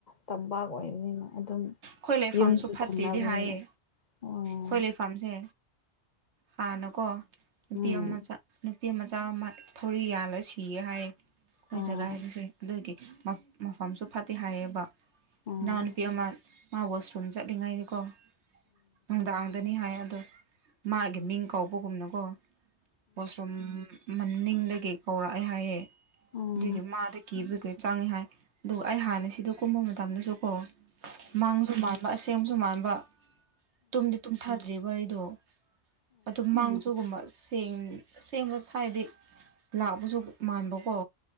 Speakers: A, on the left; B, on the right.
A: ꯇꯝꯄꯥꯛ ꯑꯣꯏꯕꯅꯤꯅ ꯑꯗꯨꯝ
B: ꯈꯣꯏ ꯂꯩꯐꯝꯁꯨ
A: ꯌꯨꯝꯁꯨ
B: ꯐꯠꯇꯦꯗꯤ
A: ꯊꯪꯅꯕꯅꯤꯅ
B: ꯍꯥꯏꯌꯦ
A: ꯑꯣ
B: ꯈꯣꯏ ꯂꯩꯐꯝ ꯐꯥꯝꯁꯦ ꯍꯥꯟꯅꯀꯣ ꯅꯨꯄꯤ
A: ꯎꯝ
B: ꯑꯃꯆꯥ ꯅꯨꯄꯤ ꯃꯆꯥ ꯑꯃ ꯊꯧꯔꯤ ꯌꯥꯜꯂ ꯁꯤꯌꯦ ꯍꯥꯏꯌꯦ ꯑꯩꯈꯣꯏ
A: ꯑꯣ
B: ꯖꯒꯥ ꯍꯥꯏꯗꯁꯦ ꯑꯗꯨꯒꯤ ꯃꯐꯝꯁꯨ ꯐꯠꯇꯦ ꯍꯥꯏꯌꯦꯕ
A: ꯑꯣ
B: ꯏꯅꯥꯎ ꯅꯨꯨꯄꯤ ꯑꯃ ꯃꯥ ꯋꯥꯁꯔꯨꯝ ꯆꯠꯂꯤꯉꯩꯅꯤꯀꯣ ꯅꯨꯡꯗꯥꯡꯗꯅꯤ ꯍꯥꯏ ꯑꯗꯣ ꯃꯥꯒꯤ ꯃꯤꯡ ꯀꯧꯕꯒꯨꯝꯅꯀꯣ ꯋꯥꯣꯁꯔꯨꯝ ꯃꯅꯤꯡꯗꯒꯤ ꯀꯧꯔꯛꯑꯦ ꯍꯥꯏꯌꯦ
A: ꯑꫭ
B: ꯑꯗꯨꯒꯤ ꯃꯥꯗ ꯀꯦꯕꯒꯤ ꯆꯪꯉꯦ ꯍꯥꯏ ꯑꯗꯨꯒ ꯑꯩ ꯍꯥꯟꯅ ꯁꯤꯗꯣ ꯀꯨꯝꯕ ꯃꯇꯝꯗꯁꯨ ꯀꯣ ꯃꯥꯡꯁꯨ ꯃꯥꯟꯕ ꯑꯁꯦꯡꯁꯨ ꯃꯥꯟꯕ ꯇꯨꯝꯗꯤ ꯇꯨꯝꯊꯗ꯭ꯔꯤꯕ ꯑꯩꯗꯣ ꯑꯗꯨ ꯃꯥꯡ ꯑꯗꯨꯒꯨꯝꯕ ꯁꯦꯡ ꯑꯁꯦꯡꯕ ꯁ꯭ꯥꯏꯗꯤ ꯂꯥꯛꯄꯁꯨ ꯃꯥꯟꯕꯀꯣ